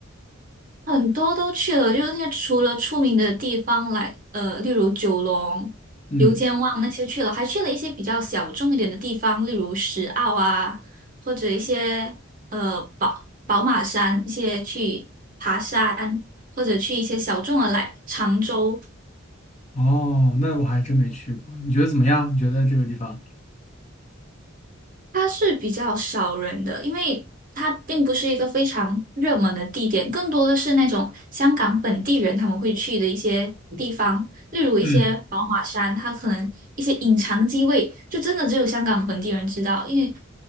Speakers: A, on the right; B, on the left.
A: 很多都去了，就是那些除了出名的地方来，呃，例如九龙、
B: 嗯，
A: 油尖旺那些去了，还去了一些比较小众一点的地方，例如石澳啊，或者一些呃宝宝马山一些去爬山，或者去一些小众的来常州，
B: 哦，那我还真没去过，你觉得怎么样？你觉得这个地方？
A: 它是比较少人的，因为它并不是一个非常热门的地点，更多的是那种香港本地人他们会去的一些地方，例如一些宝马山，
B: 嗯。
A: 它可能一些隐藏机位，就真的只有香港本地人知道，因为